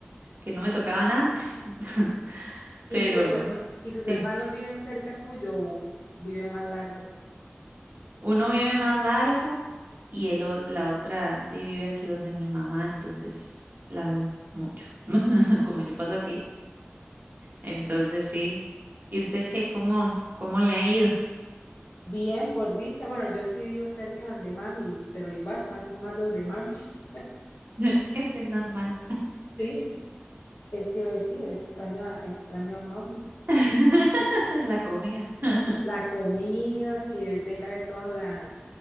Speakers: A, on the right; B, on the left.
A: que no me tocaban antes. <laughs>
B: ¿Y
A: Pero
B: sus herma- y sus
A: sí,
B: hermanos viven cerca suyo o viven más largo?
A: uno vive más largo y el, o- la otra de- vive aquí donde mi mamá, entonces la veo mucho. <laughs> Como yo paso aquí. Entonces sí. ¿Y usted qué? ¿Cómo, cómo le ha ido?
B: Bien, por dicha. Bueno, yo sí vivo cerca donde mami, pero igual paso más donde mami. <laughs>
A: <laughs> Es que es normal.
B: Sí, es que sí, extraño a, extraño a mamá.
A: <laughs> La comida. <laughs>
B: la comida, que tenga toda la,